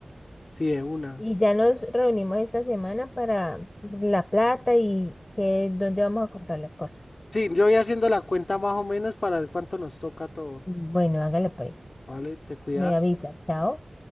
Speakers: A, on the left; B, on the left.
A: Sí, de una.
B: Y ya nos reunimos esta semana para la plata y que dónde vamos a comprar las cosas.
A: Sí, yo voy haciendo la cuenta más o menos para ver cuánto nos toca a todos.
B: Bueno, hágale pues.
A: ¿Vale? ¿Te cuidas?
B: Me avisa, chao.